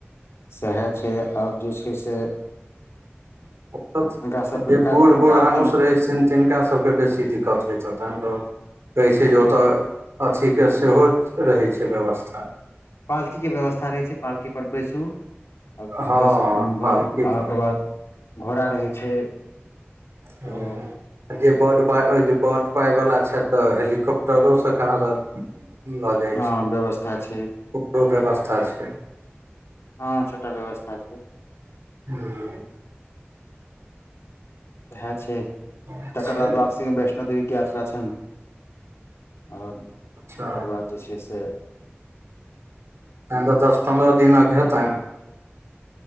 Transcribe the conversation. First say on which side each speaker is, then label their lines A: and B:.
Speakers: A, on the left; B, on the right.
A: सएहा छै आब जे छै से
B: अपथ
A: हुनका सबके
B: जे
A: काल्हि
B: बूढ़
A: खन उतारतनि
B: बूढ़ानुस रहै सिन तिनका सबके बेसी दिक्कत होइत हेतनि तऽ ठीक कहै छै जे ओतऽ अथी के सेहो रहै छै व्यवस्था
A: पालकी के व्यवस्था रहै छै पालकी पर बैसू आ
B: हँ
A: बस भऽ
B: पालकी
A: आ
B: पर
A: के बाद घोड़ा रहै छै
B: हँ
A: ओ
B: जे बड पा अइ बड पाइवला छैथ तऽ हेलीकॉप्टरो स कहाँ दन लऽ जाय
A: हँ
B: छै
A: व्यवस्था छै
B: ओकरो व्यवस्था छै
A: हँ छोटा व्यवस्था छै
B: हूं
A: एहै छै
B: अच्छा
A: तकर बाद वापसी में बैस वैष्णो देवीके यात्रा छइन ओर
B: अच्छा
A: तकर बाद जे छै से
B: तहन तऽ दस पन्द्रह दिनक हेतइन अन